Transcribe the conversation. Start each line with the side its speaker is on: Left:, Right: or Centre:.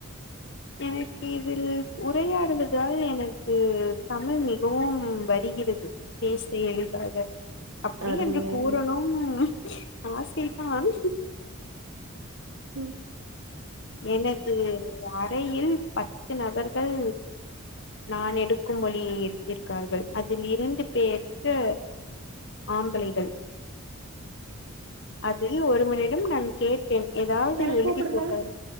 Left: எனக்கு இதில் உரையாடுவதால் எனக்கு தமிழ் மிகவும் பெட் தெரிகிறது பேச எளிதாக அப்படி
Right: அருமை
Left: என்று கூறணும்
Right: அருமை
Left: ஆசைதான்
Right: ம்
Left: எனது அறையில் பத்து நபர்கள் நான் எடுக்கும் வழியில் எடுத்துக்கார்கள் அதில் இரண்டு பேர்க்கு ஆம்ளைகள் அதில் ஒரு மணி ம் நான் கேட்டேன் எதாவது
Right: என்ன
Left: எழுதி
Right: கூப்பிடுங்கள்
Left: போட்டாரு